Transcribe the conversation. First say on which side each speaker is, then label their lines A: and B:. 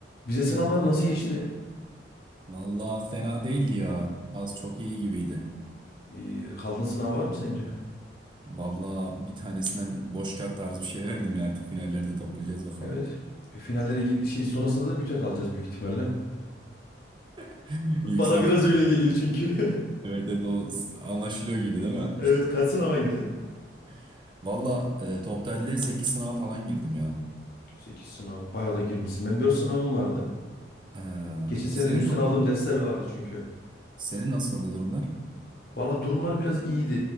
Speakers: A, on the left; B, on the right.
A: Vize sınavları nasıl geçti?
B: Valla fena değildi ya. Az çok iyi gibiydi.
A: Ee, kaldığın sınav var mı sence?
B: Valla bir tanesinden boş kağıt tarzı bir şey <laughs> verdim ya. Artık finallerde toplayacağız bakalım.
A: Evet. E, finallere gir- şey sonrasında da büte kalacağız büyük ihtimalle. <laughs>
B: <laughs> Yüksek
A: Bana biraz
B: ihtimal.
A: öyle geliyor çünkü. <laughs>
B: Evet evet o s- anlaşılıyor gibi değil mi?
A: Evet, kaç sınava girdin?
B: <laughs> Valla e, totalde 8 sınava falan girdim ya.
A: 8 sınav. Bayağı da girmişsin. Benim 4 sınavım vardı.
B: Ee,
A: Geçen seneden
B: senin
A: üstten
B: nasıl
A: aldığım dersler vardı çünkü.
B: senin nasıldı durumlar?
A: Valla durumlar biraz iyiydi.